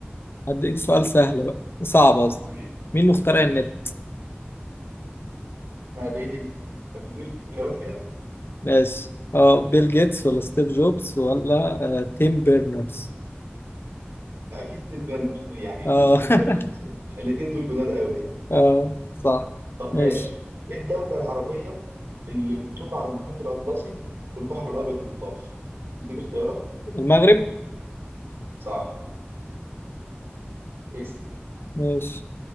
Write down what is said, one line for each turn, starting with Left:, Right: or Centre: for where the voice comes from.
Left: هديك سؤال سهل بقى صعب قصدي
Right: ماشي
Left: مين اللي اخترع
Right: ماشي
Left: النت
Right: بعد ايه دي طب اديني اختيارات كده
Left: ماشي اه بيل جيتس ولا ستيف جوبز ولا آه تيم بيرنرز
Right: اكيد تيم بيرنرز يعني
Left: اه
Right: التيم بيرنرز ده الاثنين دول جداد قوي يعني
Left: <laughs> اه صح
Right: طب
Left: ماشي
Right: ماشي ايه الدوله العربيه اللي بتطل على المحيط الاطلسي والبحر الابيض المتوسط دي اختيارات
Left: المغرب
Right: صح اسم
Left: ماشي